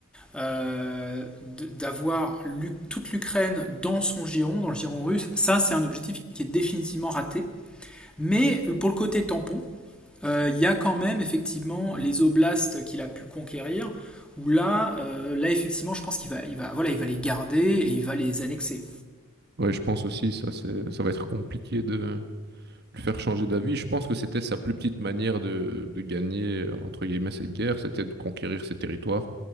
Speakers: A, in the centre; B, on the right (about 50°).
A: euh, d'avoir l'U- toute l'Ukraine dans son giron, dans le giron russe, ça c'est un objectif qui est définitivement raté. Mais pour le côté tampon, euh, il euh, y a quand même effectivement les oblasts qu'il a pu conquérir, où là, euh, là effectivement, je pense qu'il va, il va, voilà, il va les garder et il va les annexer.
B: Ouais, je pense aussi ça, c'est, ça va être compliqué de le faire changer d'avis. Je pense que c'était sa plus petite manière de, de gagner, euh, entre guillemets, cette guerre, c'était de conquérir ses territoires.